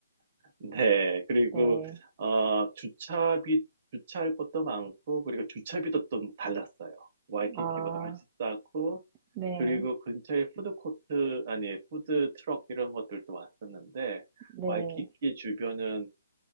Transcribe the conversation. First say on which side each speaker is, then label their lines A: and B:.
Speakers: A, on the right; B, on the right.
A: <laughs> 네, 그리고
B: 네.
A: 어, 주차비 주차할 것도 많고 그리고 주차비도 좀 달랐어요. 와이키키보다
B: 아,
A: 훨씬 싸고
B: 네,
A: 그리고 근처에 푸드코트 아니 푸드 트럭 이런 것들도 왔었는데
B: 네.
A: 와이키키 주변은